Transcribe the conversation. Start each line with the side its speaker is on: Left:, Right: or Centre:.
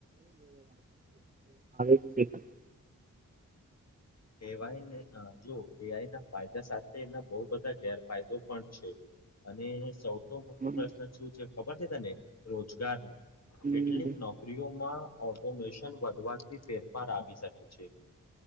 Right: જ છે પણ <inaudible>
Left: એવાઈ ને અ જો એઆઈ ના ફાયદા સાથે એના બહુ બધા ગેરફાયદો પણ છે. અને સૌ તો મોટો
Right: હમ,
Left: પ્રશ્ન શું છે ખબર છે તને રોજગાર નો.
Right: હમ,
Left: કેટલીક નોકરીઓમાં ઓટોમેશન વધવાથી ફેરફાર આવી શકે છે.